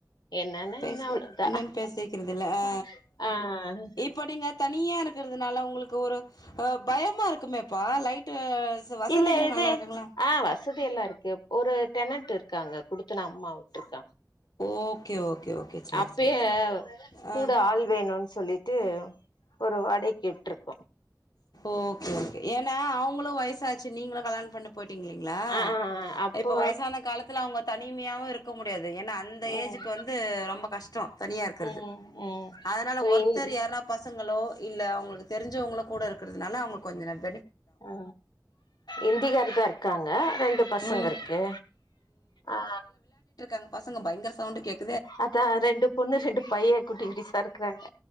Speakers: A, on the left; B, on the left.
A: என்னென்ன
B: பேசு
A: என்ன அவ்ளோ தா
B: என்னன்னு பேசிக்கிறது இல்ல ஆ
A: அ அ அ
B: இப்ப நீங்க தனியா இருக்கறதுனால உங்களுக்கு ஒரு அ பயமா இருக்குமேப்பா லைட்டு வசதிலா
A: இல்ல இது
B: நல்லா இருக்குங்களா
A: அ வசதி எல்லா இருக்கு ஒரு டெனட் இருக்காங்க குடுத் தனோ அம்மா விட்ருக்கா
B: ஓகே ஓகே ஓகே சேரி
A: அப்பயே
B: சேரி சேரி
A: கூட
B: ஆ
A: ஆள் வேணுன் சொல்லி விட்டு ஒரு வாடைக்கு விட்ருக்
B: ஓகே ஓகே ஏன்னா அவுங்களு வயசு சாச்சு நீங்களு கல்யாணோ பண்ணி போய்ட்டீங்கிங்கலா
A: ஆ ஆ அப்போ
B: இப்போ வயசான காலத்துல அவங்க தனிமையாவு இருக்க முட் டியாது ஏன்னா அந்த
A: ம்
B: ஏஜ்ஜுக்கு வந்து ரொம்ப கஷ்டோ தனியா இருக்கறது
A: ம் ம்
B: அதனால
A: ஒரு
B: ஒருத்தர்
A: இந்
B: யார்னா பச துங்களோ இல்ல அவங்களுக் தெரிஞ்சவங்களோ கூட இருக்கறதுனால அவங்க கொஞ்ச நே
A: ஆ இந்திகாருதா இருக்காங்க ஆனா இப் ரெண்டு பசங்கருக்கு
B: ம்
A: அ
B: அங்க பசங்க பயங்கர சவுண்ட் கேக்
A: அத ரெண்டு பொண்ணு ரெண்டு பைய குட்டி குட்டிஸ்ஸா இருக்கறாங்க